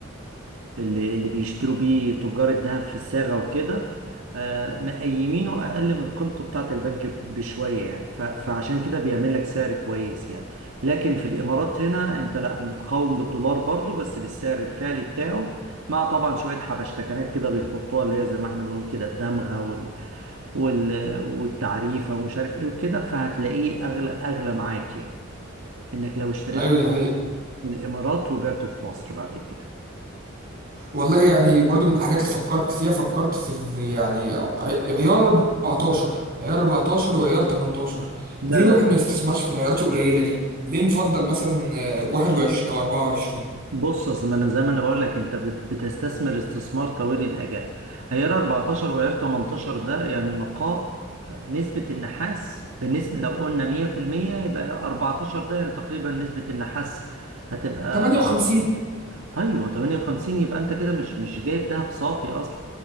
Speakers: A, on the right (about 75°); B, on the right (about 45°).
A: اللي اللي بيشتروا بيه تجار الذهب في الصاغة وكده آه، مقيمينه أقل من قيمته بتاعة البنك بشوية يعني ف- فعشان كده بيعمل لك سعر كويس يعني لكن في الإمارات هنا أنت لا متقاوم بالدولار برضو بس بالسعر الفعلي بتاعه مع طبعا شوية حبشتكنات كده بيحطوها اللي هي زي ما احنا بنقول كده الدمغة وال... وال... والتعريفة ومش عارف ايه وكده فهتلاقيه أغلى أغلى معاك يعني إنك لو اشتريته
B: ايوه دي حقيقة
A: من الإمارات وبعته في مصر بعد كده
B: والله يعني برضو من الحاجات اللي فكرت فيها فكرت في ال- يعني ع- عيار 14 عيار 14 وعيار 18
A: لا
B: ليه الواحد
A: لا
B: ما يستثمرش في العيارات القليلة دي ليه نفضل مثلا آه، 21 او 24
A: بص اصل ما انا زي ما انا بقول لك انت بت- بتستثمر استثمار طويل الاجل عيار 14 وعيار 18 ده يعني النقاء نسبة النحاس بالنسبة لو قلنا 100% يبقى 14 ده يعني تقريبا نسبة النحاس هتبقى
B: 58
A: طيب ما 58 يبقى انت كده مش مش جايب دهب صافي اصلا